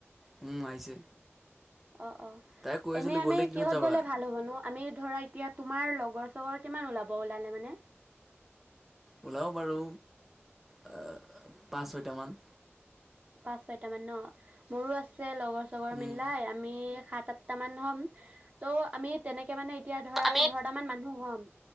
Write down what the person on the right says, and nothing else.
অ অ
এনে
আমি
কিহত
গ'লে ভাল হ'বনো আমি ধৰা এতিয়া তোমাৰ লগৰ চগৰ কিমান ওলাব ওলালে মানে?
পাঁচ ছয়ট মান ন মোৰো আ ছে লগৰ চগৰ
মিলাই আমি সাত আঠটা মান হ'ম, ত' আমি তেনেকে মানে এতিয়া ধৰা
পোন্ধৰটা মানুহ হ'ম।